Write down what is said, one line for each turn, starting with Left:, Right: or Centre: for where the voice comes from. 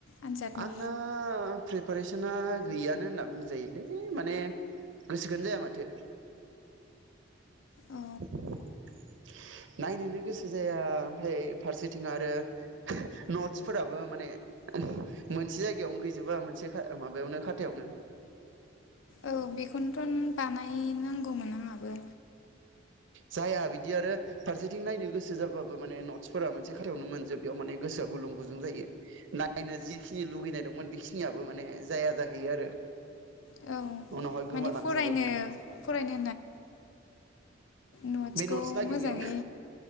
Left: आनजादनि
Right: आंना प्रिपारेसना गैयानो होनना बुंजायोलै माने गोसोखोनो जाया माथो <inaudible>
Left: औ
Right: नायनोनो गोसो जाया ओमफ्राय फारसेथिं आरो नट्सफोराबो माने मोनसे जायगायावनो गैजोबा मोनसे माबायावनो खाथायावनो
Left: औ बेखौनोथ' बानायनांगौमोन आंहाबो
Right: जाया बिदि आरो फारसेथिं नायनो गोसो जाबाबो माने नट्सफोरा मोनसे खाथाययावनो मोनजोबीयाव माने गोसोआ गुलुं गुजुं जायो नायनो जिखिनि लुगैनाय दंमोन बेखिनियाबो माने जाया जाहैयो आरो
Left: औ
Right: उनावहाय गोमालांजोबो
Left: माने फरायनो फरायनो नटस'खौ
Right: बे नट्स नागिरनायावनो
Left: मोजाङै